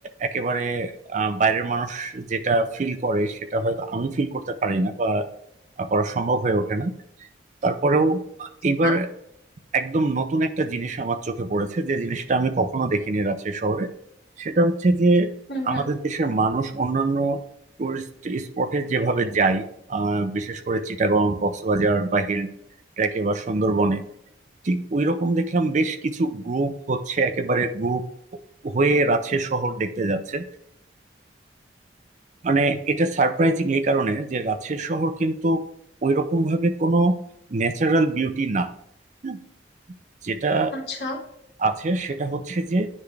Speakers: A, on the right (about 40°); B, on the left (about 60°).
A: একেবারে আহ, বাইরের মানুষ যেটা ফিল করে সেটা হয়তো আমি ফিল করতে পারি না বা করা সম্ভব হয়ে ওঠে না তারপরেও এইবার
B: হ্যাঁ
A: একদম নতুন একটা জিনিস আমার চোখে পড়েছে যে জিনিসটা আমি কখনো দেখিনি রাজশাহী শহরে সেটা হচ্ছে যে
B: হুম হুম
A: আমাদের দেশের মানুষ অন্যান্য টুরিস্ট স্পটে যেভাবে যায় আহ, বিশেষ করে চিটাগং কক্সবাজার বা হিল ট্রেকে বা সুন্দরবনে ঠিক ওই রকম দেখলাম বেশ কিছু গ্রুপ হচ্ছে একেবারে গ্রুপ হয়ে রাজশাহী শহর দেখতে যাচ্ছে মানে এটা সারপ্রাইজিং এই কারণে যে রাজশাহী শহর কিন্তু ওই রকম ভাবে কোনো ন্যাচারাল বিউটি না হুম, যেটা
B: আচ্ছা
A: আছে সেটা হচ্ছে যে